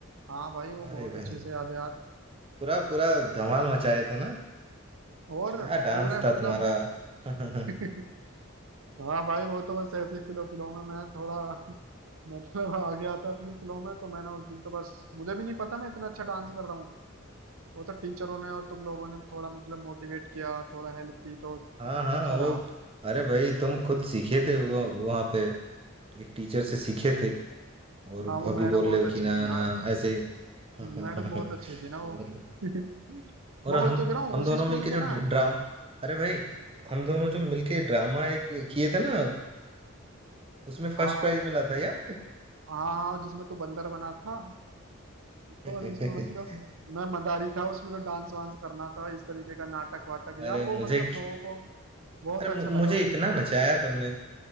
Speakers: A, on the right (about 80°); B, on the right (about 30°).
A: हाँ भाई वो
B: अरे
A: बहुत अच्छे
B: भाई
A: से याद है यार
B: पूरा पूरा धमाल मचाए थे ना
A: और
B: क्या डांस
A: पूरे मतलब
B: था तुम्हारा <laughs>
A: <laughs> हाँ भाई वो तो बस ऐसे फिलो फिलो में मैं थोड़ा <laughs> मतलब आ गया था अपने फिलो में तो मैंने उस दिन तो बस मुझे भी नहीं पता मैं इतना अच्छा डांस कर रहा हूँ वो तो टीचरों ने और तुम लोगों ने थोड़ा मतलब मोटिवेट किया थोड़ा हेल्प की तो
B: हाँ हाँ
A: अच्छा रहा
B: वो अरे भाई तुम खुद सीखे थे वो वहां पे एक टीचर से सीखे थे और
A: हाँ वो
B: अभी
A: मैडम
B: बोल
A: बहुत
B: रहे हो
A: अच्छी
B: कि ना
A: थी यार
B: ना ऐसे ही <laughs>
A: मैडम बहुत अच्छी थी ना वो
B: और
A: <laughs> मैं
B: और हम
A: वही तो कह रहा हूँ
B: हम
A: उसी
B: दोनों
A: स्कूल
B: मिलके
A: के
B: जो
A: ना
B: ड्रामा अरे भाई हम दोनों
A: हम्म,
B: जो मिलके ड्रामा एक किए थे ना उसमें फर्स्ट
A: हाँ
B: प्राइज मिला था यार
A: हाँ हाँ, जिसमें तू बंदर बना था
B: <laughs>
A: तो और उसमें मतलब मैं मदारी था उसमें तो डांस वांस करना था इस तरीके का नाटक वाटक यार
B: अरे
A: वो
B: मुझे
A: मतलब लोगों को बहुत
B: अरे
A: अच्छा
B: मु-
A: लगा
B: मुझे
A: वो
B: इतना नचाया तुमने